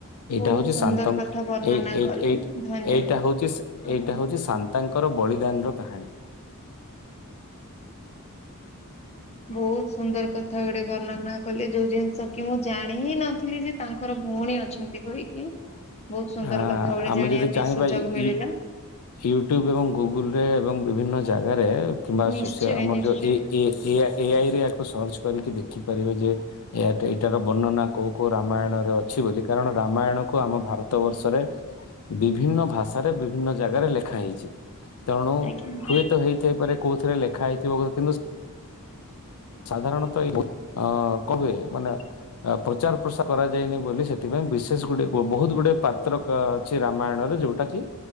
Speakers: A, on the left; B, on the left.
A: ଏଇଟା
B: ବହୁତ
A: ହଉଛି
B: ସୁନ୍ଦର
A: ସାନ୍ତ
B: କଥା ବର୍ଣ୍ଣନା
A: ଏ ଏଇ
B: କଲେ
A: ଏଇଟି
B: ଧନ୍ୟବାଦ
A: ଏଇଟା ହୋଉଛି
B: ଆପଣଙ୍କୁ।
A: ଏଇଟା ହୋଉଛି ସାନ୍ତାଙ୍କର ବଳି ଏଇଟାର କାହାଣୀ।
B: ବହୁତ ସୁନ୍ଦର କଥା ଗୁଡେ ବର୍ଣ୍ଣନା କଲେ ଯୋଉ ଜିନିଷ କି ମୁଁ ଜାଣି ହିଁ ନଥିଲି ଯେ ତାଙ୍କର ଭଉଣୀ ଅଛନ୍ତି କହିକି ବହୁତ ସୁନ୍ଦର
A: ହା
B: କଥା ଗୁଡେ
A: ଆମେ
B: ଜାଣିବା
A: ଯଦି
B: ପାଇଁ
A: ଚାହିଁବା
B: ସୁଯୋଗ ମିଳିଲା।
A: ଇ ୟୁଟ୍ୟୁବୁ ଏବଂ ଗୁଗୁଲ ରେ ଏବଂ ବିଭିନ୍ନ ଜା ଜାଗାରେ କିମ୍ବା
B: ନିଶ୍ଚୟ
A: ସୋସି ଆମର
B: ନିଶ୍ଚୟ
A: ଯଉଏ ଏ ଏଆଇରେ ଆକୁ ସର୍ଚ୍ଚ କରିକି ଦେଖ ଦେଖିପାରିବେ ଯେ ଏ ଏଇଟାର ବର୍ଣ୍ଣନା କୋଉଁ କୋଉଁ ରାମାୟଣରେ ଅଛି ବୋଲି କାରଣ ରାମାୟଣକୁ ଆମ ଭାରତ। ଗତ ବର୍ଷରେ ବିଭିନ୍ନ ଭାଷାରେ ବିଭିନ୍ନ ଜାଗାରେ ଲେଖା ହେଇଛି। ତେଣୁ
B: ଆଜ୍ଞା
A: ହୁଏତ ହେଇଥାଇପାରେ କୋଉଁ ଥିରେ ଲେଖା ହେଇଥିବ କିନ୍ତୁ? ସାଧାରଣତଃ ଏଇ ଅ କହୁଏ ମାନେ ପ୍ରଚାର ପ୍ରସାର କରାଯାଇନି ବୋଲି ସେଥିପାଇଁ ବିଶେଷ ଗୁଟେ ବହୁତ ଗୁଟେ ପାତ୍ର ଅଛି ରାମାୟଣରେ ଯୋଉଟା କି